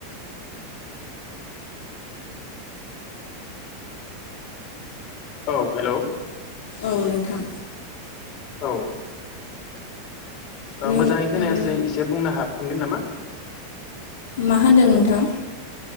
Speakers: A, on the left; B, on the left.
A: औ हेलौ।
B: औ नोंथां।
A: औ। ओ
B: नों
A: मोजाङै खोनायासै
B: उम
A: एसे बुंनो हाफिनगोन नामा?
B: मा होनदों नोंथां?